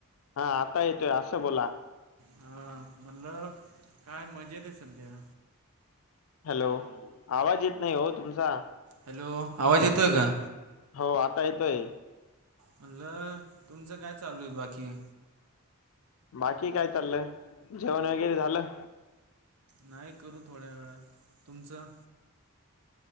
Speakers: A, on the left (about 65°); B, on the right (about 85°).
A: हा आता येतोय असं बोला
B: हा म्हणलं काय मजा येत सध्या
A: हॅलो आवाज येत नाही. हो तुमचा
B: हॅलो आवाज येतोय का?
A: हो आता येतोय.
B: म्हणलं तुमचं काय चालू आहे बाकी
A: बाकी काय चाललंय जेवण वगैरे झालं?
B: नाही करू थोड्या वेळात तुमचं